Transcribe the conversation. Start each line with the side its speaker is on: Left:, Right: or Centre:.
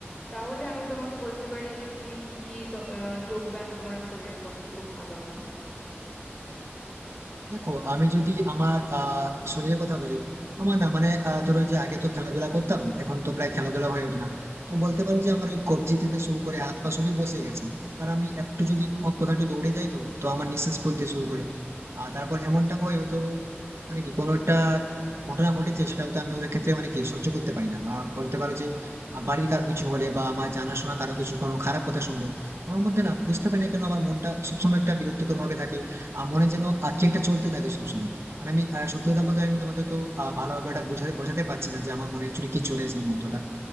Left: তাহলে আমি তোমাকে বলতে পারি যে তুমি কি কি তো- আহ, যোগ ব্যায়াম তোমার শরীরের পক্ষে খুব ভালো হবে
Right: দেখো আমি যদি আমার আহ শরীরের কথা বলি আমার না মানে আহ, ধরো ওই যে আগে তো খেলাধুলা করতাম এখন তো প্রায় খেলাধুলা হয়ে ওঠে না তো বলতে পারো যে আমার ওই কবজি থেকে শুরু করে হাত পা সবই বসে গেছে কারণ আমি একটু যদি ও- কোথাও একটু দৌড়ে যাই তো তো আমার নিঃশ্বাস ফেলতে শুরু করে আর তারপর এমনটা হয় হয়তো মানে কি কোনো একটা ঘটনা ঘটেছে সেটা হয়তো আমি অনেক ক্ষেত্রে মানে কি সহ্য করতে পারি না বা বলতে পারো যে আহ, বাড়ির কারো কিছু হলে বা আমার জানাশোনা কারো কিছু কোনো খারাপ কথা শুনলে আমার মধ্যে না বুঝতে পারি না কেন আমার মনটা সবসময় একটা বিরক্তিকর ভাবে থাকে আহ, মনে যেন আহ, কি একটা চলতে থাকে সবসময় আর আমি আহ, সত্যি কথা বলতে আমি তোমাকে তো আহ, ভালোভাবে এটা বোঝাতে বোঝাতে পারছি না যে আমার মনে অ্যাকচুয়ালি কি চলেছে এই মুহূর্তটা